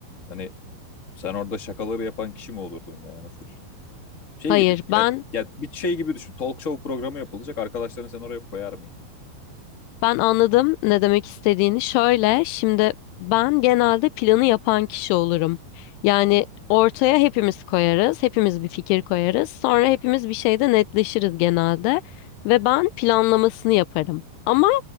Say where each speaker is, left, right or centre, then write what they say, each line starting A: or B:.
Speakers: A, on the left; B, on the left.
A: Hani sen orada şakaları yapan kişi mi olurdun yani full? Şey
B: Hayır
A: gibi ya,
B: ben
A: ya bir şey gibi düşün. Talk show programı yapılacak. Arkadaşlarını sen oraya koyar mıydın?
B: Ben anladım ne demek istediğini. Şöyle, şimdi ben genelde planı yapan kişi olurum. Yani ortaya hepimiz koyarız, hepimiz bir fikir koyarız. Sonra hepimiz bir şeyde netleşiriz genelde ve ben planlamasını yaparım. Ama